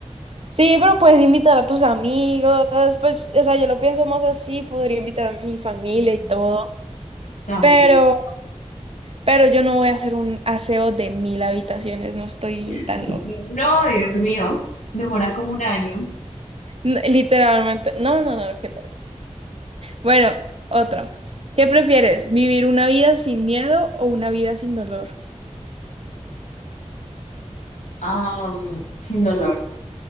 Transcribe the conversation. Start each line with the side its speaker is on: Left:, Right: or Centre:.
Right: Sí, pero puedes invitar a tus amigos, pues, o sea, yo lo pienso más así, podría invitar a mi familia
Left: mm,
Right: y
Left: mm,
Right: todo,
Left: también.
Right: pero, pero yo no voy a hacer un aseo de mil habitaciones, no estoy
Left: <laughs>
Right: tan loca.
Left: No, Dios mío, demora como un año,
Right: N- literalmente, no, no, no, qué tal. Bueno, otro. ¿Qué prefieres, vivir una vida sin miedo o una vida sin dolor?
Left: am, sin dolor,